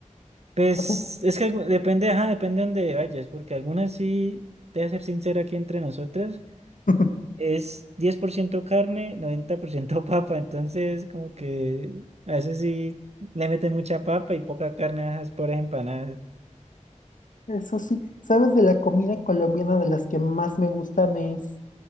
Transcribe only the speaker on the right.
Pues,
es que algu- depende, ajá, depende de dónde vayas, porque algunas sí, te voy a ser sincera aquí entre nosotras,
es 10% carne, 90% <laughs> papa, entonces como que a veces sí le meten mucha papa y poca carne, ajá, es por empanadas.